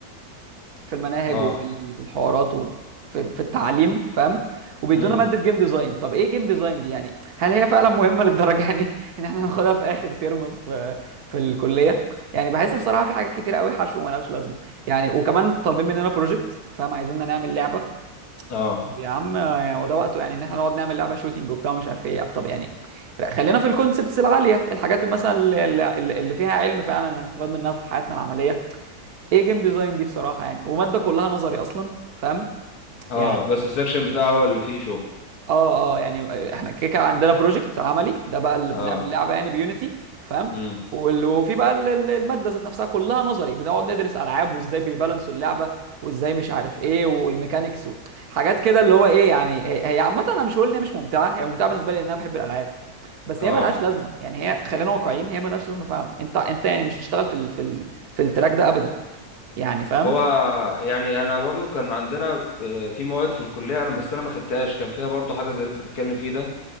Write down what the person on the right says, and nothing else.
في المناهج
وفي ال- في الحوارات وفي في التعليم فاهم وبيدونا
ماده جيم ديزاين طب ايه جيم ديزاين دي يعني هل هي فعلا مهمه للدرجه يعني <laughs> ان احنا ناخدها في اخر ترم في في الكليه يعني بحس بصراحه في حاجات كتير قوي حشو وملهاش لازمه يعني وكمان طالبين مننا بروجكت فاهم عايزيننا نعمل لعبه
طب يا عم يعني هو ده وقته يعني ان احنا نقعد نعمل لعبه شوتينج وبتاع ومش عارف ايه يعني؟ طب يعني لا، خلينا في الكونسبتس العاليه الحاجات مثلا اللي, مثلا اللي اللي فيها علم فعلا هنستفاد منها في حياتنا العمليه ايه جيم ديزاين دي بصراحه يعني وماده كلها نظري اصلا فاهم
يعني
اه اه يعني احنا كيكه عندنا بروجكت عملي ده بقى اللي
بنعمل لعبه يعني بيونيتي فاهم
وال- وفي بقى ال- ال- الماده ذات نفسها كلها نظري بنقعد ندرس العاب وازاي بيبالانسوا اللعبه وازاي مش عارف ايه والميكانيكس و- حاجات كده اللي هو ايه يعني هي هي عامه انا مش هقول ان هي مش ممتعه هي ممتعه بالنسبه لي لان انا بحب الالعاب بس
هي ملهاش لازمه يعني هي خلينا واقعيين هي ملهاش لازمه فعلا انت انت يعني مش هتشتغل في ال في ال في التراك ده ابدا يعني فاهم